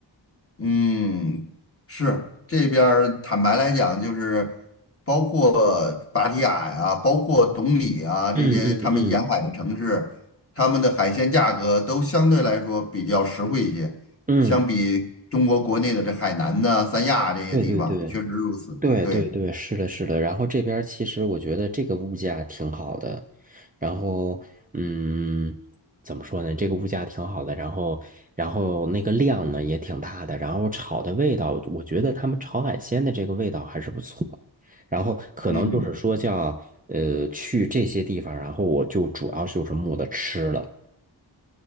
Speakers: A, on the left (about 30°); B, on the right (about 20°).
A: 嗯，是这边儿坦白来讲，就是包括芭提雅呀、包括董里啊这些他们沿海的城市，
B: 嗯嗯嗯
A: 他们的海鲜价格都相对来说比较实惠一些，
B: 嗯，
A: 相比中国国内的这海南呐、三亚这些地方，
B: 对对对。
A: 确实如此。
B: 对对对，
A: 对，
B: 是的，是的。然后这边儿其实我觉得这个物价挺好的，然后嗯，怎么说呢？这个物价挺好的，然后然后那个量呢也挺大的，然后炒的味道，我觉得他们炒海鲜的这个味道还是不错。然后可能就是说叫呃去这些地方，
A: 嗯。
B: 然后我就主要就是慕的吃了。